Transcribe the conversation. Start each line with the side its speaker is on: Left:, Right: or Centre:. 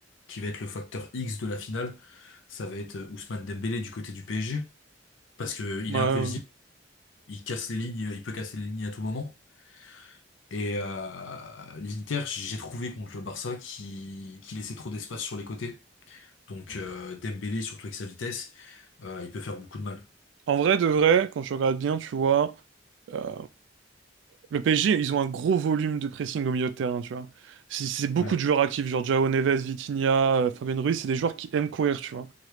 Left: qui va être le facteur X de la finale, ça va être euh, Ousmane Dembélé du côté du PSG, parce que il
Right: ouais,
Left: est imprévisible,
Right: ouais.
Left: il casse les lignes, il peut casser les lignes à tout moment. Et euh, l'Inter, j'ai trouvé contre le Barça qui, qui laissait trop d'espace sur les côtés. Donc euh, Dembélé, surtout avec sa vitesse, euh, il peut faire beaucoup de mal.
Right: En vrai, de vrai, quand tu regardes bien, tu vois, Euh, le PSG, ils ont un gros volume de pressing au milieu de terrain, tu vois. C'est c'est beaucoup
Left: Ouais.
Right: de joueurs actifs, genre João Neves, Vitinha, euh, Fabien Ruiz, c'est des joueurs qui aiment courir, tu vois.